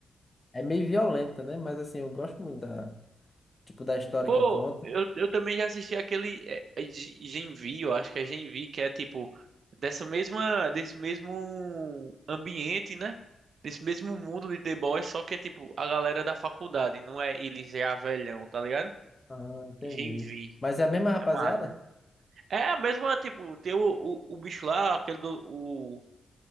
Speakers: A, on the left; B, on the right.
A: É meio violenta, né? Mas assim, eu gosto muito da, tipo, da história
B: Pô,
A: que conta.
B: eu, eu também já assisti aquele é, é G- Gen V, eu acho que é Gen V, que é tipo dessa mesma, desse mesmo ambiente, né? Desse mesmo mundo de The Boys, só que é tipo a galera da faculdade, não é eles já velhão, tá ligado?
A: Ah, entendi.
B: Gen V,
A: Mas é a mesma rapaziada?
B: é massa. É a mesma, tipo, tem o, o, o bicho lá, aquele do,